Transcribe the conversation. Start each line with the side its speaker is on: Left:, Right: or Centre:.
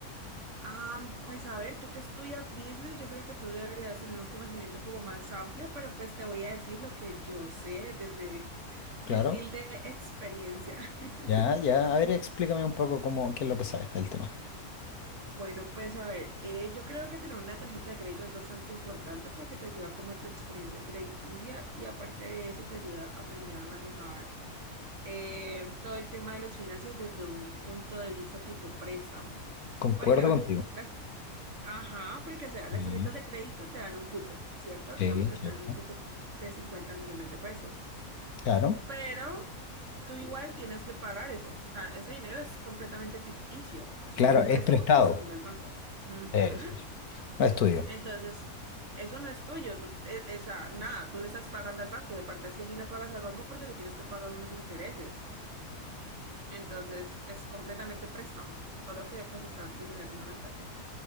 Right: Ah, pues a ver, tú que estudias business, yo creo que tú deberías tener un conocimiento como más amplio, pero pues te voy a decir lo que yo sé desde mi
Left: Claro.
Right: humilde experiencia. <laughs>
Left: Ya, ya. A ver, explícame un poco cómo, qué es lo que sabes del tema.
Right: Bueno, pues a ver, eh, yo creo que tener una tarjeta de crédito es bastante importante porque te ayuda como tu experiencia crediticia y aparte de eso te ayuda a aprender a manejar eh, todo el tema de las finanzas desde un punto de vista tipo préstamo.
Left: Concuerdo
Right: Porque, a ver,
Left: contigo.
Right: las, ajá, porque, o sea,
Left: Sí,
Right: las tarjetas de crédito te dan un cupo, ¿cierto?
Left: sí,
Right: Digamos que te
Left: cierto.
Right: dan un cupo de 50 millones de pesos,
Left: Claro.
Right: pero tú igual tienes que pagar eso. O sea, ese dinero es completamente ficticio. Eso
Left: Claro,
Right: es un
Left: es
Right: préstamo
Left: prestado.
Right: que te está haciendo el banco. Ujú.
Left: Sí, sí, sí. No es tuyo.
Right: Entonces, eso no es tuyo. Tú, e- esa, nada, tú le estás pagando al banco y aparte si así le pagas al banco porque tú tienes que pagar unos intereses. Entonces es completamente préstamo, ¿no? Solo que pues está el dinero en una tarjeta.